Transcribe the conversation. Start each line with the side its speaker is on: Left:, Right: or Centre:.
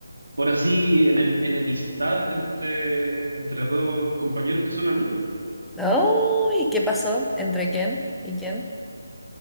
Right: por así, en, enemistad entre, entre dos compañeros que son amigos.
Centre: Oh, ¿y qué pasó? ¿Entre quién y quién?